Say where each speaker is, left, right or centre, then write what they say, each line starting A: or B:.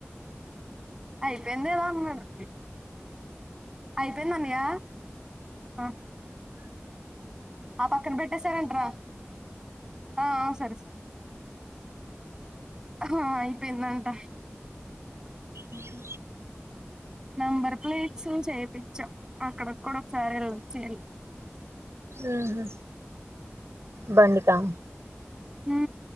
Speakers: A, on the right; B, on the right.
A: అయిపోయిందేమో మీరు అయిపోయింది అన్నయ్య ఆ ఆ పక్కన పెట్టేసారేంటిరా ఆ అవు సరే సరే ఆ హా అయిపోయిందంట
B: ఉ హు
A: నంబర్ ప్లేట్స్ చేపించాం అక్కడ కూడా ఒకసారి వెళ్లొచ్చేయాలి
B: ఉహు బండికా
A: ఉ